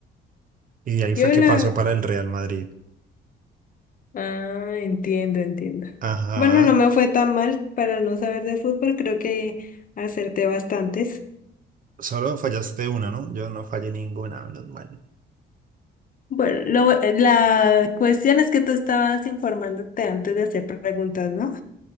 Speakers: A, on the right; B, on the left.
A: Y ahí fue
B: Yo
A: que
B: la...
A: pasó para el Real Madrid.
B: Ah, entiendo, entiendo.
A: Ajá,
B: Bueno, no me fue tan mal para no saber de fútbol. Creo que acerté bastantes.
A: solo fallaste una, ¿no? Yo no fallé ninguna, menos mal.
B: Bueno, lo- eh, la cuestión es que tú estabas informándote antes de hacer preguntas, ¿no?